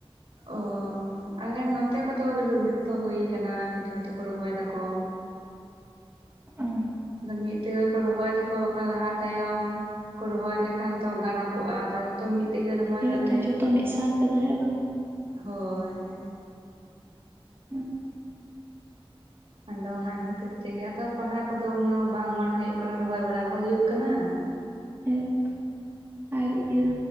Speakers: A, on the right (about 75°); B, on the right (about 25°).
A: ᱚ ᱟᱞᱮ ᱱᱚᱛᱮ ᱠᱚᱫᱚ,
B: ᱫᱚ᱾
A: ᱡᱚᱛᱚ ᱦᱩᱭ ᱟᱠᱟᱱᱟ, ᱡᱚᱛᱚ ᱠᱚ ᱨᱚᱦᱚᱭ ᱮᱫᱟ ᱠᱚ
B: ᱚ
A: ᱟᱫᱚ ᱢᱤᱫ ᱛᱮᱜᱮ ᱠᱚ ᱨᱚᱦᱚᱭ ᱫᱟᱠᱚ ᱵᱟᱠᱷᱟᱱ ᱞᱟᱦᱟ ᱛᱟᱭᱚᱢ ᱠᱚ ᱨᱚᱦᱚᱭ ᱞᱮᱠᱷᱟᱱ ᱛᱚ ᱜᱟᱱᱚ ᱠᱚᱜ-ᱟ ᱟᱫᱚ ᱡᱚᱛᱚ ᱢᱤᱫ ᱛᱮᱜᱮ ᱨᱚᱦᱚᱭ
B: ᱦᱮᱸᱛᱚ
A: ᱫᱟᱞᱮ
B: ᱡᱚᱛᱚ ᱢᱤᱫ ᱥᱟᱶ ᱛᱮᱫᱚ ᱦᱮᱸ ᱵᱟᱝ?
A: ᱦᱳᱭ ᱾
B: ᱦᱩᱸ ᱾
A: ᱟᱫᱚ ᱚᱱᱟ ᱠᱷᱟᱹᱛᱤᱨ ᱛᱮᱜᱮ ᱟᱫᱚ ᱯᱟᱲᱦᱟ ᱠᱚᱫᱚ ᱩᱱᱟᱹᱜ ᱵᱟᱝ ᱢᱚᱱᱮ ᱦᱩᱭᱩᱜ ᱠᱟᱱᱟ ᱨᱚᱦᱚᱭ ᱵᱟᱲᱟ ᱠᱚ ᱦᱩᱭᱩᱜ ᱠᱟᱱᱟ ᱾
B: ᱦᱮᱸ, ᱟᱨ ᱤᱭᱟᱹ